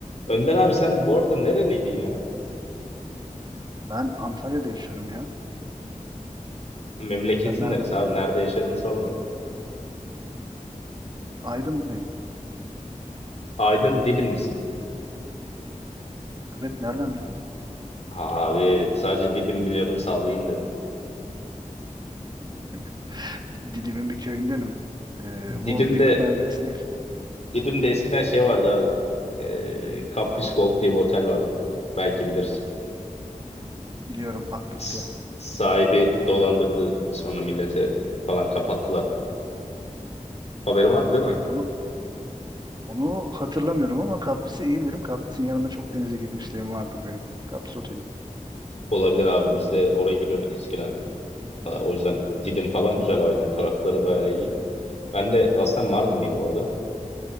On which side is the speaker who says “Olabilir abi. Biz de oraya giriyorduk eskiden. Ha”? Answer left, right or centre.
Left